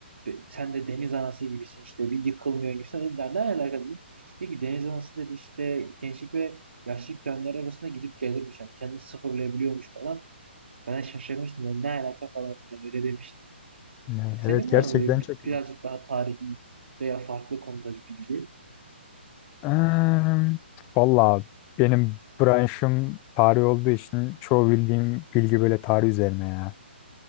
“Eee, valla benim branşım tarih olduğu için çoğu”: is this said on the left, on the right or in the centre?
Left